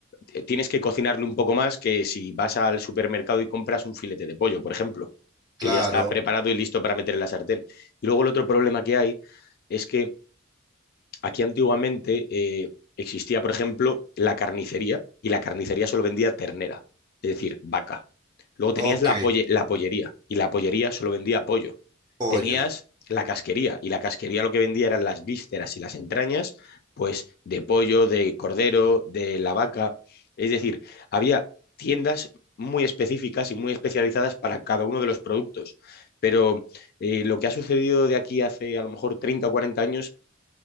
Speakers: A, on the left; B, on the right.
A: eh, tienes que cocinarle un poco más que si vas al supermercado y compras un filete de pollo, por ejemplo,
B: Claro,
A: que ya está preparado y listo para meter en la sartén. Y luego el otro problema que hay es que aquí antiguamente eh, existía, por ejemplo, la carnicería y la carnicería solo vendía ternera, es decir, vaca. Luego tenías
B: ok,
A: la, polle- la pollería y la pollería solo vendía pollo
B: pollo.
A: tenías la casquería y la casquería lo que vendía eran las vísceras y las entrañas, pues de pollo, de cordero, de la vaca. Es decir, había tiendas muy específicas y muy especializadas para cada uno de los productos. Pero eh, lo que ha sucedido de aquí hace a lo mejor 30 o 40 años